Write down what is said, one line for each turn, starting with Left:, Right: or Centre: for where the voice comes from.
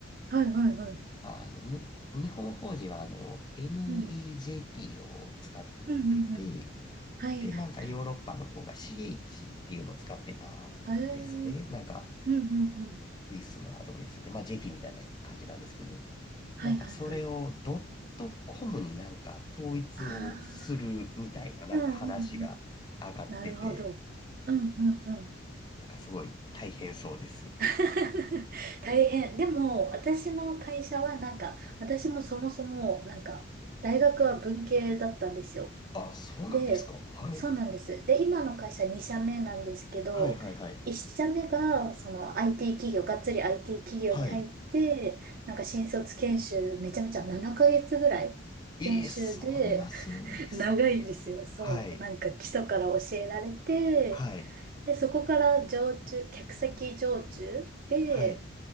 Right: はいはいはい。
Left: あの、む日本法人はあの、MEJP
Right: うんうん
Left: を使ってて、
Right: うんうん。はいはいはい。
Left: で、なんかヨーロッパの方が CH っていうのを使ってたんですね。
Right: へえ。うん
Left: なんか、
Right: うんうん。
Left: スイスのアドレスで、まあ JP みたいな感じなんですけど、
Right: はいはいはい。
Left: なんかそれをドットコムになんか統一をするみたいななんか話が上がってて、
Right: ああ、うんうんうん。なるほど。うんうんうん。
Left: なんかすごい大変そうです。
Right: <laughs> 大変。でも、私の会社はなんか、私もそもそも、なんか、大学は文系だったんですよ。
Left: あ、そうなんですか。
Right: で、
Left: はい。
Right: そうなんです。で、今の会社2社目なんですけど、
Left: はいはいはい。
Right: 1社目が、その IT 企業、がっつり IT 企業に入って、
Left: はい。
Right: なんか新卒研修、めちゃめちゃ7ヶ月ぐらい研修で、
Left: ええ、そんなするんですね。
Right: 長いんですよ。そう。
Left: はい。
Right: なんか基礎から教えられて、
Left: はい。
Right: で、そこから常駐、客先常駐で、
Left: はい。